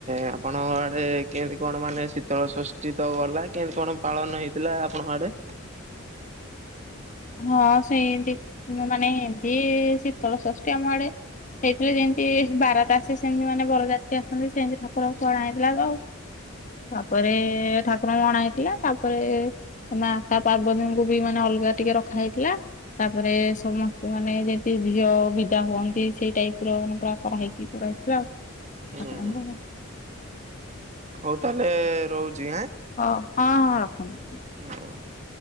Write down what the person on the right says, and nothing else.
ଆପଣଙ୍କ ଆଡେ କେମିତି କଣ ମାନେ ଶୀତଳ ଷଷ୍ ଷଷ୍ଠୀ ତ ଗଲା, କେମତି କଣ ପାଳନ ହେଇଥିଲା ଆପଣଙ୍କ ଆଡେ?
ହୁଁ ହଉ ତାହେଲେ ରହୁଛି ଆଁ?
<unintelligible>